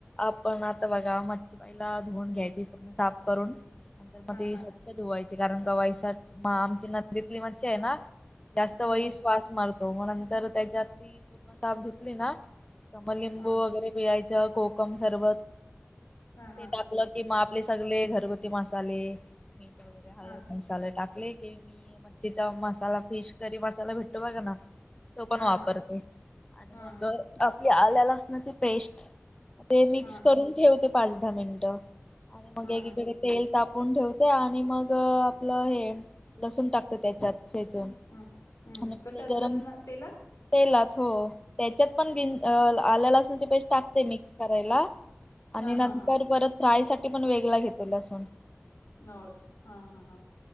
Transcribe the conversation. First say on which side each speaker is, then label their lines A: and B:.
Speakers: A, on the left; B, on the left.
A: आपण आता बघा मच्छीबाईला धुवून घ्यायची पूर्ण साफ करून नंतर
B: हा
A: मग ती
B: हा
A: स्वच्छ धुवायची कारण का वै आमची नतली म आहे ना जास्त
B: हा
A: वई
B: हा
A: वास मारत हो मग नंतर त्याच्यात ती पूर्ण साफ धुतली ना तर मग लिंबू
B: हा
A: वगैरे पिळायचे कोकम सरबत
B: हा हा
A: ते टाकलं
B: हा हा
A: की मा आपले सगळे घरगुती मसाले मीठ वगैरे हळद
B: हा
A: मसाले टाक की मी मच्छीचा मसाला फिश करी मसाला भेटू का ना तो पण
B: हा
A: वापरतो
B: हा हा हा
A: आणि
B: हा
A: मग आपली आल्या लसनाची पेस्ट ते मिक्स
B: हा हा
A: करून ठेवते पाच दहा मिनिटं आणि मग
B: हा
A: एकीकडे
B: हा ह
A: तेल ताप टाकून ठेवते आणि मग आपलं हे लसूण टाकत त्याच्यात ठेचून
B: ह हम्म
A: आणि
B: कशात
A: ते गरम
B: लसण तेलात
A: त्याच्यात पण आल्या लसणाची पेस् टाकते मिक्स करायला आणि
B: ह
A: नंतर
B: हा हा
A: परत फ्राय साठी पण वेगळा घेतेल असून
B: न हा हा हा